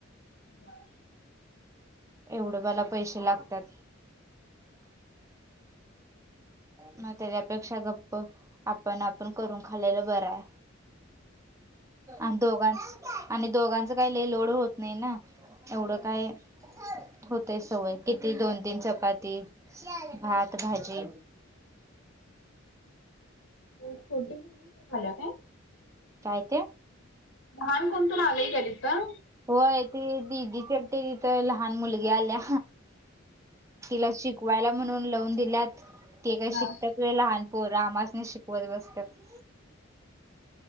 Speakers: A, on the left; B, on the right.
A: ह
B: एवढं मला पैसे लागतात मग त्याच्यापेक्षा गप्प आपण आपण करून खाल्लेलं बरं आहे अन दोघान आणि दोघांचं काही लय लोड होत नाही ना एवढं काय होतेय सवय किती दोन तीन चपाती भात त भाजी
A: छोटी मुलगी पण आल्या काय?
B: काय ते
A: लहान कोणतरी आलंय तिथं
B: होय ती दिदी चेपटे तिथं लहान मुलगी आल्या तिला शिकवायला म्हणून लावून दिल्यात ते काय
A: हा.
B: शिकतात- ते लहानपोर आम्हासनी शिकवत बसतात